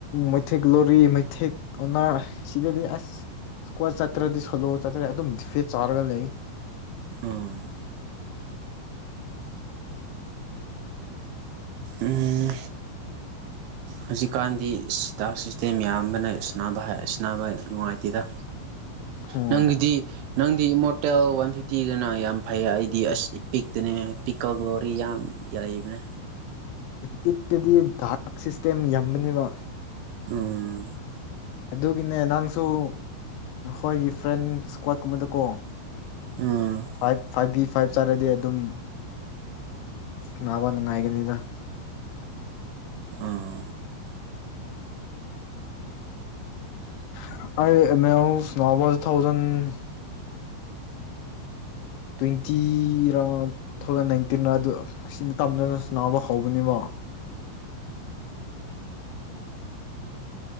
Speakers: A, on the left; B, on the right.
A: ꯃꯩꯊꯛ ꯂꯣꯔꯤ ꯃꯩꯊꯦꯛ ꯑꯣꯅꯥꯔ ꯁꯤꯗꯗꯤ ꯑꯁ ꯁꯀꯣ ꯆꯠꯇ꯭ꯔꯗꯤ ꯁꯣꯂꯣ ꯆꯠꯇ꯭ꯔꯦꯗꯤ ꯑꯗꯨꯝ ꯗꯤꯐꯦꯠ ꯆꯥꯔꯒ ꯂꯩ
B: ꯎꯝ ꯎꯝ ꯍꯧꯖꯤꯛꯀꯥꯟꯗꯤ ꯁꯇꯥꯥꯛ ꯁꯤꯁꯇꯦꯝ ꯌꯥꯝꯌꯥꯝꯕꯅ ꯁꯥꯟꯅꯕ ꯍꯥꯏ ꯑꯁꯤ ꯅꯨꯡꯉꯥꯏꯇꯦꯗ
A: ꯎꯝ
B: ꯅꯪꯒꯤꯗꯤ ꯅꯪꯗꯤ ꯏꯃꯣꯔꯇꯦꯜ ꯋꯥꯟ ꯐꯤꯐꯇꯤꯗꯅ ꯌꯥꯝ ꯐꯩ ꯑꯩꯗꯤ ꯑꯁ ꯏꯄꯤꯛꯇꯅꯦ ꯄꯤꯛꯀ ꯒ꯭ꯂꯣꯔꯤ ꯌꯥꯝ ꯌꯥꯔꯤꯕꯅꯦ
A: ꯏꯄꯤꯛꯇꯗꯤ ꯗꯥꯛ ꯁꯤꯁꯇꯦꯝ ꯌꯥꯝꯕꯅꯦꯕ
B: ꯎꯝ
A: ꯑꯗꯨꯒꯤꯅꯦ ꯅꯪꯁꯨ ꯅꯈꯣꯏꯒꯤ ꯐ꯭ꯔꯦꯟ ꯏꯁꯀ꯭ꯋꯥꯠꯀꯨꯝꯕꯗꯀꯣ
B: ꯎꯝ
A: ꯐꯥꯏꯚ ꯐꯥꯏꯚ ꯕꯤ ꯐꯥꯏꯚ ꯆꯥꯔꯗꯤ ꯑꯗꯨꯝ ꯁꯥꯟꯅꯕ ꯅꯨꯡꯉꯥꯏꯒꯅꯤꯗ
B: ꯎꯝ
A: <unintelligible> ꯇ꯭ꯋꯦꯟꯇꯤꯔ ꯇꯨ ꯊꯥꯎꯖꯟ ꯅꯥꯏꯟꯇꯤꯟꯔ ꯑꯗꯨ ꯁꯤ ꯃꯇꯝꯗ ꯁꯥꯟꯅꯕ ꯍꯧꯕꯅꯦꯕ